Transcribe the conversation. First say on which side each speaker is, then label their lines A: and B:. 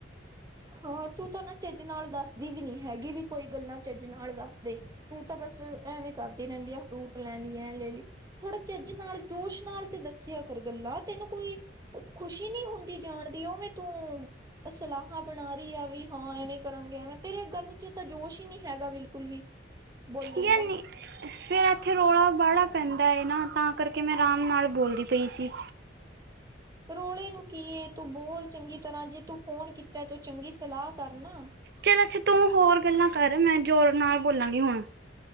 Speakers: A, on the right; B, on the right.
A: ਹਾਂ ਤੂੰ ਤਾਂ ਨਾ ਚੱਜ ਨਾਲ ਦੱਸਦੀ ਵੀ ਨੀ ਹੈਗੀ ਵੀ ਕੋਈ ਗੱਲਾਂ ਚੱਜ ਨਾਲ ਦੱਸਦੇ, ਤੂੰ ਤਾਂ ਬ ਸ ਐਵੇਂ ਕਰਦੀ ਰਹਿੰਦੀ ਹੈ ਫਰੂਟ ਲੈ ਲਈ, ਐ ਲੈ ਲਈ ਥੋੜਾ ਝੱਜ ਨਾਲ, ਜੋਸ਼ ਨਾਲ ਤੇ ਦੱਸਿਆ ਫਰ ਗੱਲਾਂ ਤੈਨੂੰ ਕੋਈ ਖੁਸ਼ੀ ਨਹੀਂ ਹੁੰਦੀ ਜਾਣ ਦੀ, ਉਹਵੇਂ ਤੂੰ ਅਸਲਾਹ ਬਣਾ ਰਹੀ ਆ ਵੀ, ਹਾਂ ਐਵੇਂ ਕਰਾਂਗੇ, ਐਵੇਂ ਤੇਰੇ ਗੱਲ ਚ ਤਾਂ ਜੋਸ਼ ਹੀ ਨਹੀਂ ਹੈਗਾ, ਬਿਲਕੁਲ ਵੀ ਬੋਲਣ
B: ਯਾਰ
A: ਦਾ
B: ਨਹੀਂ, ਫਿਰ ਇੱਥੇ ਰੌਲਾ ਬੜਾ ਪੈਂਦਾ ਏ ਨਾ ਤਾਂ ਕਰਕੇ ਮੈਂ ਆਰਾਮ ਨਾਲ ਬੋਲਦੀ ਪਈ ਸੀ।
A: ਰੋਲੇ ਨੂੰ ਕੀ ਤੂੰ ਬੋਲ ਚੰਗੀ ਤਰ੍ਹਾਂ, ਜੇ ਤੂੰ ਫੋਨ ਕੀਤਾ ਤੂੰ ਚੰਗੀ ਸਲਾਹ ਕਰਨਾ
B: ਚੱਲ ਅੱਛਾ, ਤੂੰ ਹੋਰ ਗੱਲਾਂ ਕਰ ਮੈਂ ਜ਼ੋਰ ਨਾਲ ਬੋਲਾਂਗੀ ਹੁਣ